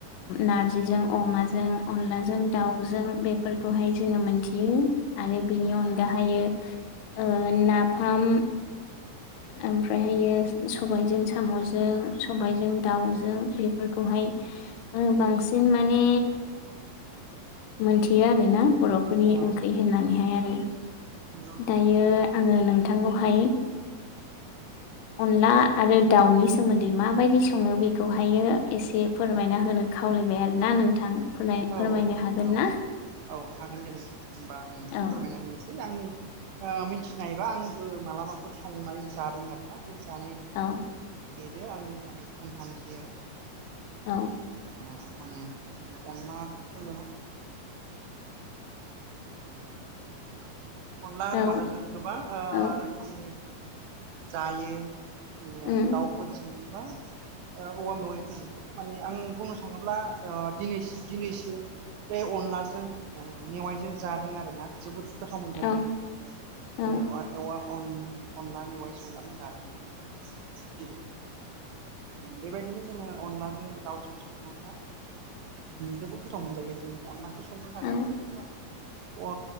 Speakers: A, on the left; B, on the right.
A: नारजिजों अमाजों अनलाजों दाउजों बे फोरखौहाय जोङो मोनथियो
B: नंगौ
A: आरो बिनि
B: औ
A: अनगाहै ओ नाफाम ओमफ्रायहायो सबायजों साम'जों सबाय रावजों बेफोरखौ खौहाय बांसिन माने मोनथियो आरो ना बर'फोरनि
B: औ
A: ओंख्रि होननानैहाय आरो
B: नंगौ
A: दायो आङो नोंथांखौहाय अनला आरो दाउनि सोमोन्दै माबायदि सङो बेखौहायो एसे फोरमायना होनो खावलायबाय आरोना नोंथां नोंथां फोर
B: औ
A: फोरमायनो हागोन
B: औ
A: ना
B: औ हागोन दे नोंथां होमबा आं
A: औ
B: फोरमायना होनोसै आंनि मिथिनाय हबा आंबो मालाबाफोर संनानै जादों आरो ना बे जानाय
A: औ
B: बेनो आं माने खोन्थानोसै आरो
A: औ।
B: उम माने जों अनला होनोब्ला
A: <inaudible>
B: अनला होनोबाथ'
A: औ
B: जों गोबां
A: औ
B: रोखोमनि जायो
A: उम
B: दाउफोरजोंबा औवा मेवाइफोरजोंबो माने आं बुंनो थाङोब्ला दिनै दिनैसो बे अनलाजों मेवाइजों जादों आरो ना जोबोद गोथाव मोनजादों
A: औ
B: मवा
A: औ
B: अनलानिव संनानै जादोंमोन होनो दिनै बेबायदिनो जोङो अनलाजों दाउजों सङोब्ला जोबोद गोथाव मोनजायो जोंनि अनलाखौ संनो थाखायथ'
A: औ
B: जोङो अ